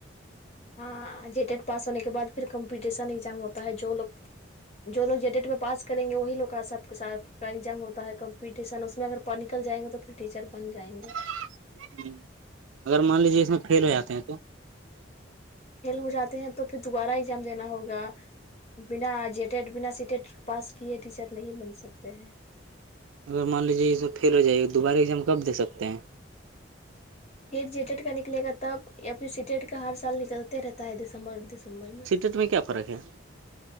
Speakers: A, on the left; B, on the right.
A: ہاں ج ٹیڈ پاس ہونے کے بد پھر کمپٹیشن ایگام ہوتا ہے جو لوگ جو لوگ جے ڈیٹ میں پاس کریں گے وہی لوگ کا سب س کا ایگزام ہوتا ہے کمپٹیشن اس میں اگر نکل جائیں گے تو پھر ٹیچر بن جائیں گے
B: ہ اگر مان لیجیے اس میں فل ہو جاتے ہیں تو
A: فیل ہو جاتے ہیں تو پھر دوبارہ ایگزام دینا ہوگا بنا جیٹیڈ بنا سیٹیڈ پاس کیے ٹیچر نہیں بن سکتے ہیں
B: اگر مان لیجیے یہ سب فیل ہو جائے گا دوبارہ ایزام کب دے سکتے ہیں
A: پھر جیٹیٹ کا نکلے گا تب یا پھر سیٹیٹ کا ہر سال نکلتے رہتا ہے دسمبر دسمبر میں
B: س میں کیا فرق ہے